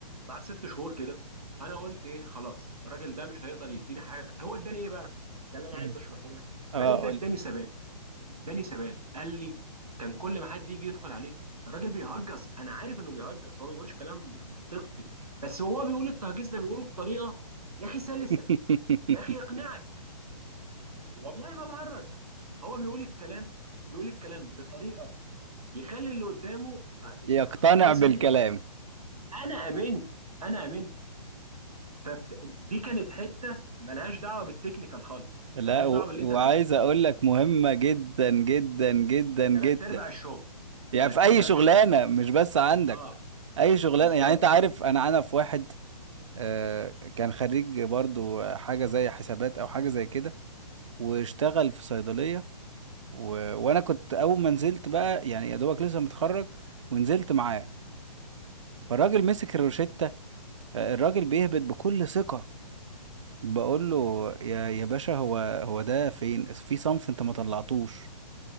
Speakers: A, on the right; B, on the right.
A: بعد ست شهور كده انا قلت ايه خلاص الراجل ده مش هيقدر يديني حاجه هو اداني ايه بقى ده اللي انا
B: مم.
A: عايز اشرحه لك
B: اه
A: الراجل
B: قول
A: ده اداني ثبات اداني ثبات قال لي كان كل ما حد يجي يدخل عليه الراجل بيهجص انا عارف انه بيهجص هو ما بيقولش كلام منطقي بس هو بيقول التهجيص ده بيقوله بطريقه يا اخي سلسه
B: <laughs>
A: يا اخي يقنعك والله ما بهرج هو بيقول الكلام بيقول الكلام بطريقه يخلي اللي قدامه آه،
B: يقتنع
A: انا
B: بالكلام
A: سلمت انا امنت انا امنت فدي كانت حته ملهاش دعوه بالتكنيكال خالص
B: لا
A: ملهاش
B: و...
A: دعوه باللي
B: وعايز
A: انت درسته
B: اقول لك مهمة جدا جدا جدا جدا
A: ثلاث ارباع الشغل
B: يعني
A: ثلاث
B: في اي
A: ارباع
B: شغلانة
A: الشغل
B: مش بس عندك
A: اه
B: اي شغلانة
A: بالظبط
B: يعني انت عارف انا انا في واحد آه، كان خريج برضو حاجة زي حسابات أو حاجة زي كده واشتغل في صيدلية و... وأنا كنت أول ما نزلت بقى يعني يا دوبك لسه متخرج ونزلت معاه فالراجل مسك الروشتة آه، الراجل بيهبط بكل ثقة بقول له يا يا باشا هو هو ده فين في صنف أنت ما طلعتوش